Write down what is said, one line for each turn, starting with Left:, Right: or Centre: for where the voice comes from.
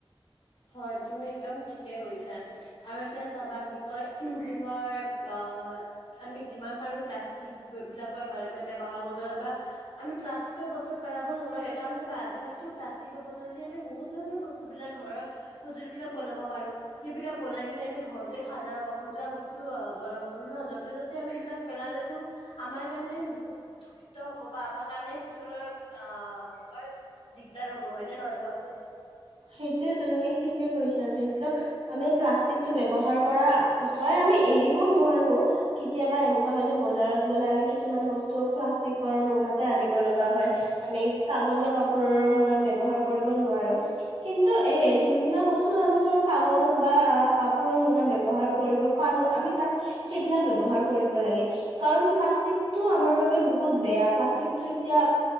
Left: হয়, তুমি একদম ঠিকেই কৈছা। আৰু এতিয়া চাবা কি কয় তোমাৰ আ আমি যিমান পাৰো প্লাষ্টিকবিলাকৰ বাৰে বাৰে ব্যৱহাৰ কৰিব নালাগে বা আমি প্লাষ্টিকৰ বটল পেলাব নালাগে কাৰণ চাবা আজিকালিটো প্লাষ্টিকৰ বটল দি আমি বহুত ধৰণৰ বস্তুবিলাক ঘৰৰ সঁজুলিবিলাক বনাব পাৰো। সেইবিলাক বনাই কিনে আমি ঘৰতে সাজা সজোৱা বস্তু বনাব পাৰো ন য'তে-ত'তে আমি এইবিলাক পেলালেটো আমাৰ কাৰণে বহুত দূষিত হব বা আমাৰ কাৰণে পিছলৈ আ কি কয় দিগদাৰ হ'ব হয়নে নহয় কোৱাচোন?
Right: সেইটোয়েটো তুমি ঠিকেই কৈছা যিহেতু আমি প্লাষ্টিকটো ব্যৱহাৰ কৰা, হয় আমি এৰিব নোৱাৰো কেতিয়াবা এনেকুৱা হয় যে বজাৰত গ'লে আমি কিছুমান বস্তু প্লাষ্টিকৰ মোনাতে আনিব লগা হয়। আমি কাগজ বা কাপোৰৰ মোনা ব্যৱহাৰ কৰিব নোৱাৰো কিন্তু এ যোনবিলাক বস্তুত আমি ধৰা কাগজ বা কাপোৰৰ মোনা ব্যৱহাৰ কৰিব পাৰো আমি তাত সেইবিলাক ব্যৱহাৰ কৰিব লাগে। কাৰণ প্লাষ্টিকটো আমাৰ বাবে বহুত বেয়া প্লাষ্টিকটো এতিয়া